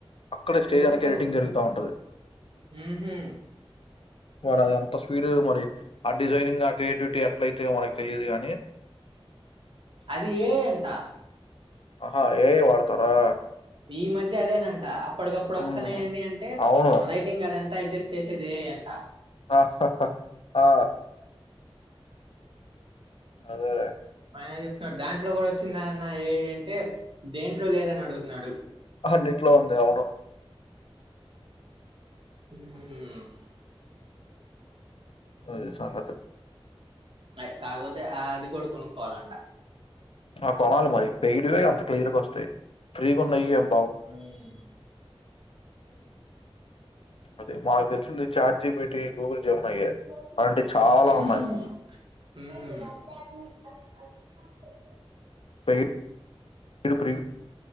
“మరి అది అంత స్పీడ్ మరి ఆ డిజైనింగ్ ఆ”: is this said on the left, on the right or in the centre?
Left